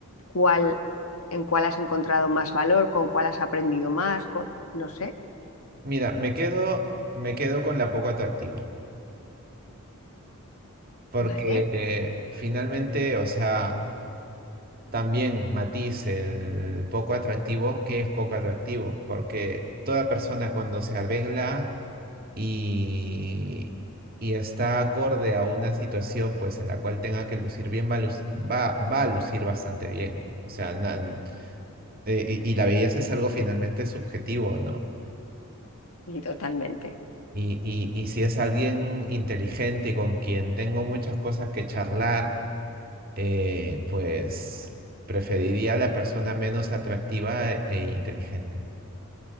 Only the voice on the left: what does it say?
¿cuál, en cuál has encontrado más valor, con cuál has aprendido más, con- no sé?
Vale,
y totalmente.